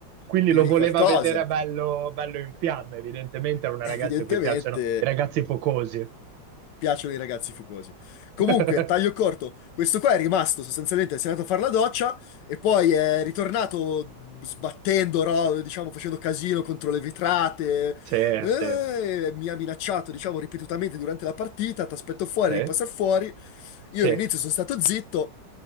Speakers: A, on the right; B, on the left.
A: Quindi
B: dirgli
A: lo voleva
B: qualcosa.
A: vedere bello, bello in fiamme. Evidentemente era una
B: Evidentemente,
A: ragazza a cui piacciono i ragazzi focosi.
B: Piacciono i ragazzi fucosi. Comunque,
A: <laughs>
B: taglio corto, questo qua è rimasto sostanzialmente, si è andato a fare la doccia e poi è ritornato sbattendo, ro- diciamo, facendo casino contro le vetrate.
A: Sì,
B: Eh,
A: sì,
B: mi ha minacciato, diciamo, ripetutamente durante la partita, ti aspetto fuori,
A: sì,
B: ripassa fuori. Io
A: sì.
B: all'inizio sono stato zitto,